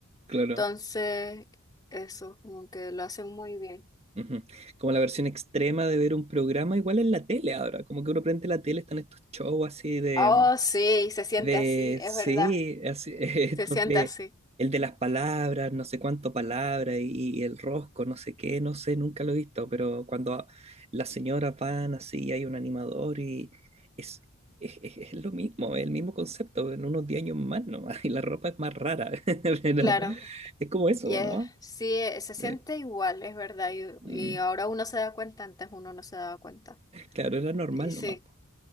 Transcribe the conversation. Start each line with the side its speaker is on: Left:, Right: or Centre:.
Right: claro.
Left: Entonces, eso, como que lo hacen muy bien.
Right: Ujú. Como la versión extrema de ver un programa, igual en la tele ahora, como que uno prende la tele, están estos shows así de,
Left: Oh, sí, se siente
Right: de,
Left: así, es
Right: sí,
Left: verdad.
Right: así, <laughs> estos
Left: Se siente
Right: de,
Left: así,
Right: el de las palabras, no sé cuánto palabra y, y el rosco, no sé qué, no sé, nunca lo he visto, pero cuando a- las señoras van así, y hay un animador y es, es, es- es lo mismo, es el mismo concepto, en unos 10 años más nomás, <laughs> y la ropa es más rara, <laughs> pero
Left: claro.
Right: es como eso,
Left: Y eh,
Right: ¿no?
Left: sí, eh, se siente
Right: Eh,
Left: igual, es verdad. Y,
Right: mm,
Left: y ahora uno se da cuenta, antes uno no se daba cuenta.
Right: claro, era normal
Left: Y sí,
Right: nomás.